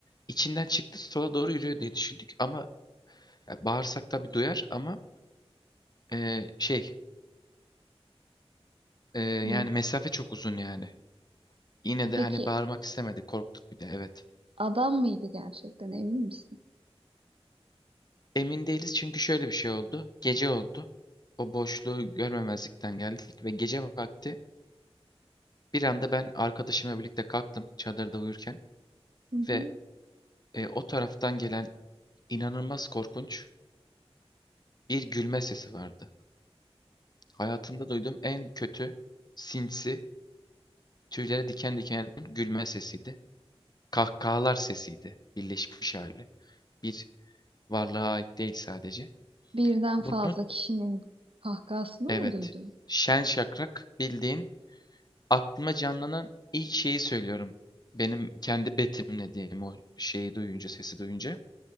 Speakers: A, on the left; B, on the right.
A: İçinden çıktı sola doğru yürüyor diye düşündük. Ama ya, bağırsak tabii duyar ama e, şey e, yani
B: Ne?
A: mesafe çok uzun yani. Yine de
B: Peki
A: hani bağırmak istemedik. Korktuk bir de evet.
B: adam mıydı gerçekten emin misin?
A: Emin değiliz çünkü şöyle bir şey oldu. Gece oldu. O boşluğu görmemezlikten geldik ve gece vakti bir anda ben arkadaşımla birlikte kalktım çadırda uyurken
B: Hı
A: ve
B: hı.
A: e, o taraftan gelen inanılmaz korkunç bir gülme sesi vardı. Hayatımda duyduğum en kötü, sinsi, tüylere diken diken eden gülme sesiydi. Kahkahalar sesiydi birleşmiş hali. Bir varlığa ait değil sadece.
B: Birden
A: Bunu
B: fazla kişinin kahkahasını
A: evet
B: mı duydun?
A: şen şakrak bildiğin aklıma canlanan ilk şeyi söylüyorum. Benim kendi betimlediğim o şeyi duyunca, sesi duyunca.